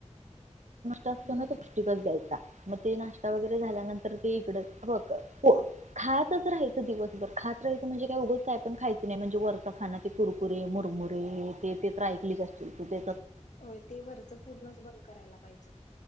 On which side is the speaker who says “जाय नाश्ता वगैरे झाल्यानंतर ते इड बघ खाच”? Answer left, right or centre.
Right